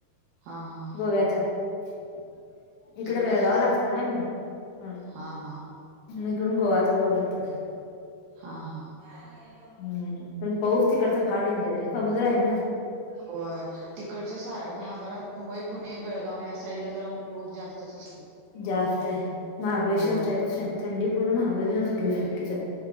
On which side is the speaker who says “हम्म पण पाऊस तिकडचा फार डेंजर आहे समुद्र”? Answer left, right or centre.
Left